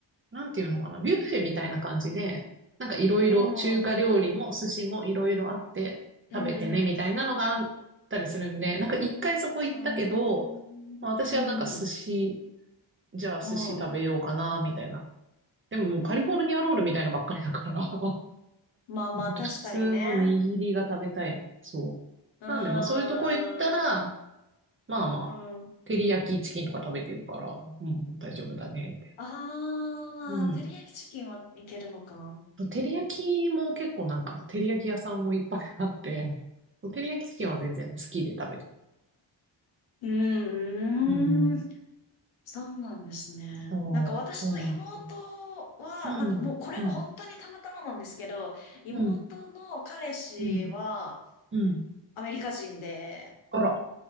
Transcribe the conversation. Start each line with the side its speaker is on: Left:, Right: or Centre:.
Right: なんていうのかな、ビュッフェみたいな感じで、なんかいろいろ中華料理も寿司もいろいろあって食べてねみたいなのがあったりするんで、
Left: うん。うん。
Right: なんか一回そこ行ったけど、
Left: うん。
Right: まあ私はなんか寿司、
Left: うん。
Right: じゃあ寿司食べようかな、
Left: うん。
Right: みたいな。でももうカリフォルニアロールみたいなばっかりだから
Left: うんまあまあ、
Right: ほんと普通の握りが食べたいみたいな。
Left: 確かにね。
Right: そう。
Left: うーん。
Right: なんで、まあそういうとこ行ったら、まあまあ、
Left: うんうん。
Right: 照り焼きチキンとか食べてるから、うん、大丈夫だね、みたい
Left: ああ、
Right: な。うん。
Left: 照り焼きチキンはいけるのか。
Right: 照り焼きも結構なんか、照り焼き屋さんもいっぱいあって、照り焼きチキンは全然好きで食べてる。
Left: うーん。
Right: うん。
Left: そうなんですね。
Right: そう、
Left: なんか私の妹
Right: そうなんですよ。
Left: は、
Right: うん、
Left: なんかもうこれも本当にたまたまなんですけど、
Right: うん、
Left: 妹の彼氏は
Right: うん、うん、うん。
Left: アメリカ人で、
Right: あ